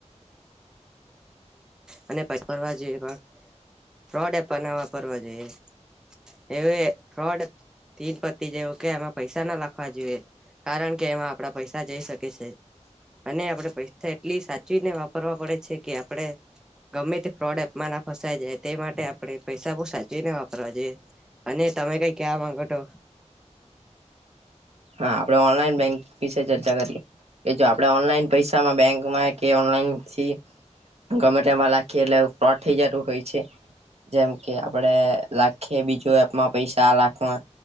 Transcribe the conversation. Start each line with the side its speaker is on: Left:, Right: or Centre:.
Centre: અને પછી ફરવા જોઈએ પણ ફ્રોડ એપ બનવા ફરવા જઈશ. એ ફ્રોડ પતિ જેવું કે આમાં પૈસા ના લખવા જોઈએ. કારણ કે એમાં આપડા પૈસા જઈ શકે છે. અને આપડે પૈસા એટલી સાચવીને વાપરવા પડે છે કે આપડે ગમે તે ફ્રોડ એપ ના ફસાય જાય તે માટે આપણે પૈસા બો સાચવીને વાપરવા જોઈએ. અને તમે કઈ ક્યા માંગો તો.
Right: હા આપડે ઓનલાઈન બેંકિંગ વિશે ચર્ચા કરીએ. કે જો આપણેે ઓનલાઈન પૈસામાં બેંકમાં કે ઓનલાઈન થી ગમે તેમાં લખીએ એટલે ફ્રોડ થઈ જતું હોય છે. જેમ કે આપડે લાખી બીજું એપમાં પૈસા આ લાખમાં